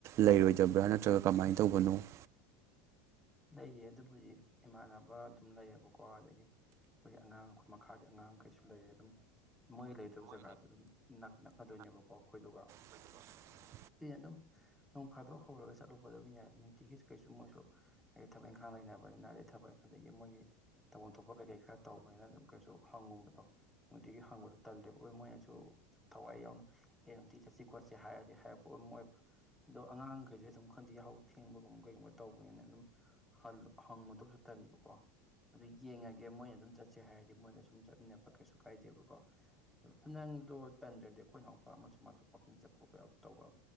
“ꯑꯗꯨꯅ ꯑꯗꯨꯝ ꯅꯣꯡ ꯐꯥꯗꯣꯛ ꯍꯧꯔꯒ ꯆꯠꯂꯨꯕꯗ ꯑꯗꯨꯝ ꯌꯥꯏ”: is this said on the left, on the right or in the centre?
Centre